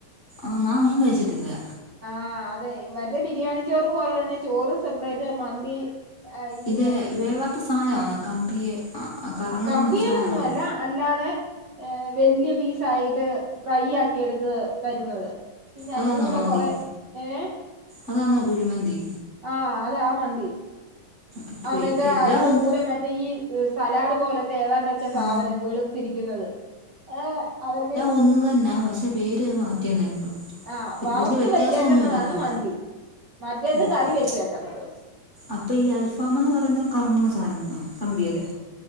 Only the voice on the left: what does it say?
ആഹ നാ അങ്ങനും കഴിച്ചിട്ടില്ലേ
ഇതേ വേവാത്ത സാനവാന്നോ കമ്പിയെ ആ, ആ, കറങ്ങുന്ന
സാധനമാണോ
അതാന്നോ
മന്തി
അതാന്നോ കുഴിമന്തി?
ഇപ്പൊ
എല്ലാം
ഒന്ന്
ആ
ഒന്നു തന്നാ പഷേ പേര് മാറ്റിയന്നേള്ളൂ.
വെല്ല്യ വ്യത്യാസന്നുല്ലല്ലോ
ഓക്കെ.
അപ്പ ഈ അൽഫാമന്ന് പറയുന്ന കറങ്ങുന്ന സാനാണോ കമ്പിയേല്?